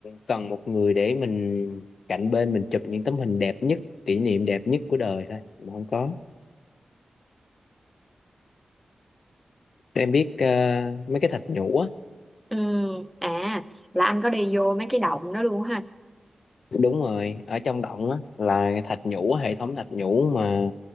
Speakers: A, on the left; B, in the centre.
A: cần một người để mình cạnh bên mình chụp những tấm hình đẹp nhất kỷ niệm đẹp nhất của đời thôi mà không có em biết ờ, mấy cái thạch nhũ á
B: Ừ, à là anh có đi vô mấy cái động đó luôn ha.
A: đúng rồi ở trong động á là thạch nhũ hệ thống thạch nhũ mà